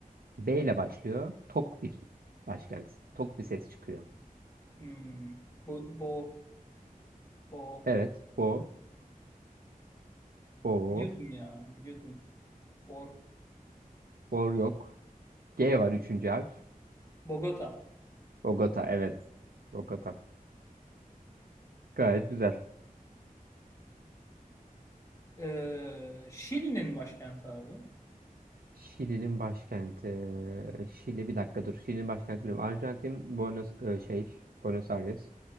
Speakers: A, on the right; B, on the left.
A: B ile başlıyor. Tok bir başkent. Tok bir ses çıkıyor.
B: Hmm, bu, bo, bo.
A: Evet. Bo. Bo.
B: Biliyordum ya. Biliyordum. Bor.
A: Bor yok. G var üçüncü harf.
B: Bogota.
A: Bogota. Evet. Bogota. Gayet güzel.
B: Ee, Şili'nin başkenti abi.
A: Şili'nin başkenti. Şili bir dakika dur. Şili'nin başkenti bilmiyorum. Arjantin Buenos e, şey Buenos Aires.